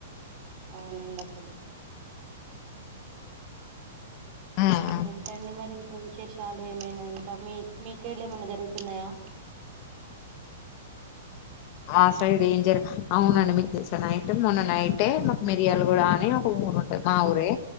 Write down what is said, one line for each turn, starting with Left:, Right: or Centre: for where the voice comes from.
Right: అవునండి అసలు
Left: ఉమ్
Right: ఏంటండి మరి ఇంకా విశేషాలు. ఏమైనా ఇంకా మీ మీకేళ్లి ఏమన్నా జరుగుతున్నాయా?
Left: <unintelligible> ఆ సైడేంజర్ అవునండి మీక్ తెల్సా నైట్ మొన్న నైటే మాక్ మిరియాల గూడా అని ఒక ఊర్ ఊరుంటది మా ఊరే